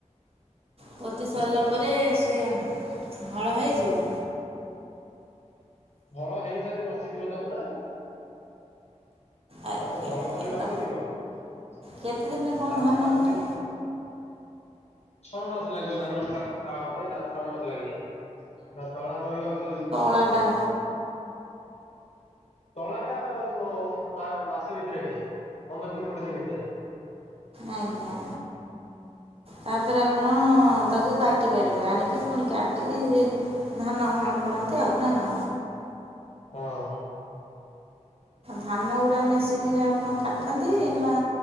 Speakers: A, on the right; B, on the left.
A: ପୋତି ସାରିଲା ପରେ ସିଏ ହଳ ହେଇଯିବ।
B: ହଳ ହେଇସାରି ରଖିଥିବ ତାକୁନା ଆଉ।
A: ଆଜ୍ଞା
B: ତାକୁ ହଳ
A: ଆଜ୍ଞା
B: କରି
A: ତା
B: ରଖିଥିବ ତାପରେ
A: କେତେ ଦିନରେ କ'ଣ ଧାନ
B: ତାକୁ
A: ଉଠେ
B: ନେଇ ପୋ ଛଅ ମାସ ଲାଗିବ ଧାନ ପୁରା କଟା ହବା ପାଇଁ ଛଅ ମାସ ଲାଗିଯାଏ ତଳା ରୋଇବାକୁ
A: ବାଡା
B: ତଳାଟା ବ ମା ମାସେ ଭିତରେ ହେଇଯାଏ ପନ୍ଦର ଦିନି କୋଡ଼ିଏ ଦିନି ଭିତରେ।
A: ଆଜ୍ଞା ତାପରେ ଆପଣ ତାକୁ କା କାଟି ପାରିବେ ଆଣିକି ପୁଣି କାଟିକି ଧାନ ଅମଳ କରନ୍ତି ଆଉ ନାକଣ?
B: ହଁ।
A: ଧାନ ଗୁଡ଼ା ମେସିନିରେ ଆପଣ କାଟନ୍ତି ନା